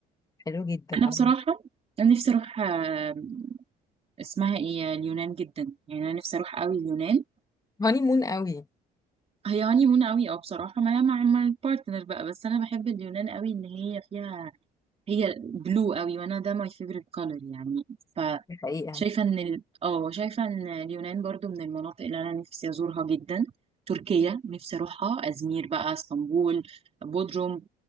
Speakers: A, on the left; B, on the right.
A: حلو جدا
B: أنا
A: قوي
B: بصراحة أنا نفسي أروح آه، اسمها إيه اليونان جدا يعني أنا نفسي أروح قوي اليونان
A: هاني مون قوي
B: هي هاني مون قوي اه بصراحة مع مع مع البارتنر بقى بس أنا بحب اليونان قوي إن هي فيها هي بلو قوي وانا ده ماي فيفورت كولر يعني
A: الحقيقة
B: فشايفه ان ال... اه شايفه ان اليونان برضو من المناطق اللي انا نفسي ازورها جدا تركيا نفسي اروحها ازمير بقى اسطنبول بودروم